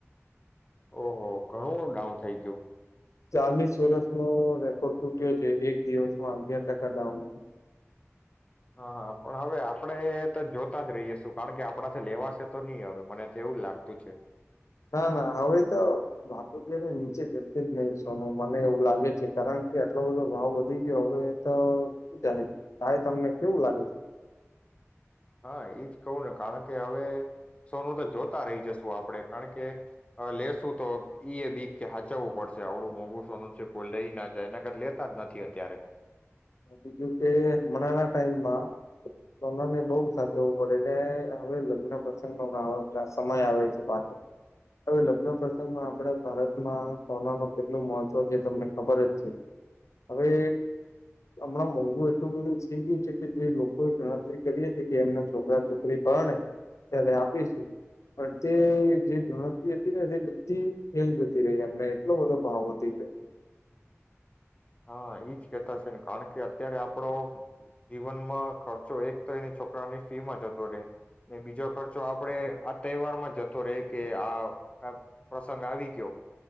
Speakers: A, on the left (about 25°); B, on the left (about 85°).
A: ઓહો! ઘણું ડાઉન થઈ ગયું.
B: ચાલીસ વર્ષનો રેકોર્ડ તૂટ્યો છે. એક દિવસમાં અગિયાર ટકા ડાઉન.
A: હા હા પણ હવે આપડણે તો જોતા જ રહીયશું કારણ કે આપણા લેવાશે તો નહી હવે મને તો એવું લાગતું છે
B: ના ના હવેવે તો ને નીચે જશે જ નહી સોનો મને એવું લાગે છે કારણ કે આટલો બધો ભાવ વધી ગયો હવે તો શ જાય કહે તમને કેવું લાગે છે.
A: હા એઈજ કવું ને કારણ કે હવે સોનું તો જોત રહી જશું આપણે કારણ કે લેશું તો ઈ એ બી કે હાચવવું પડશે આવડું મોઘુસોનું છે કોઈ લઈ ના જાય એના કરા લેતા જ નથી અત્યારે
B: બીજું કે હમણાં ટાઈમમાં કોનાને બહુ સાચવવું પડે એટલે હવે લગ્ન પ્રસંગ નો ગાળો સમય આવે છે પાછો હવે લગ્ન પ્રસંગમાં આપણે ભારતમાં કોના ન કેટલું મહત્વ છે તમને ખબર જ છે હવે અમણાં મોંઘુ એટલું બધું થઈ ગયું છે. કે જે લોકોએ ગણતરી કરી હતી કે એમના છોકરા છોકરી ભણે. ત્યારે આપીશું પણ તે જે ગણતરી હતી ને તે બધી ફેલ જતી રહી એમને એટલો બધો ભાવ વધી
A: હા ઈજ કેતા છે. ને કારણ કે અત્યારે આપડો જીવનમાં ખર્ચો એક તો એ છોકરાની ફીમાં જતો રેય ને બીજો ખર્ચો આડે તહેવારમાં જતો તો રે કે આ પ્રસંગ આવી ગયો.